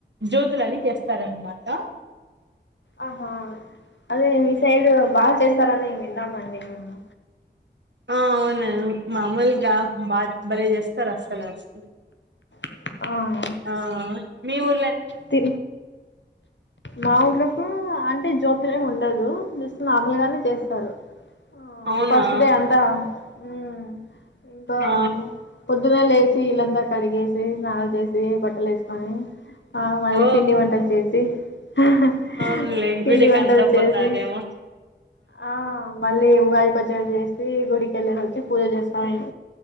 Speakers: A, on the right (about 70°); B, on the left (about 75°).
A: జ్యోతులని తెస్తారన్నమాట
B: అహా అదే మీ సైడ్ బాగా చేస్తారని విన్నామండి మేము.
A: ఆ అవును మామూలుగా బా భలే చేస్తారు అస్సలు అస్
B: ఆ
A: ఆ మీ ఉ
B: తి మా ఊర్లో తూ అంటే జ్యోతి ఏం ఉండదూ, జస్ట్ మామూలుగానే చేస్తారు. ఆ
A: అవునా
B: ఫస్ట్ డే అంతా మ్మ్ ఇంకా
A: ఆ
B: పొద్దుగాల్లేష్ సీళ్ళంతా కడిగేసీ, స్నాల్ చేేసీ, బట్టలేసుకొని. ఆ మళ్ళీ
A: ఓ
B: పిండి వంటలు చేసి హహ
A: అవునులే
B: పిండి
A: గుడికి
B: వంటల్
A: అంతా
B: చేసి
A: పోతారేమో
B: ఆ మళ్ళీ ఉ ఉగాది పచ్చడ చేసీ, గుడికి ఎల్లేసొచ్చి, పూజ చేస్తామింగ.